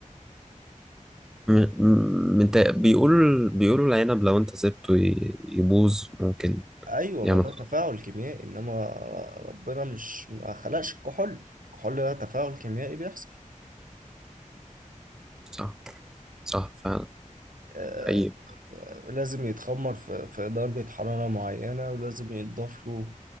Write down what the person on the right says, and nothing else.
أيوة
ما ده
تفاعل كيميائي إنما ر- ربنا مش ما خلقش الكحول الكحول ده تفاعل كيميائي بيحصل
آه،
لازم يتخمر في في درجة حرارة معينة ولازم يتضاف له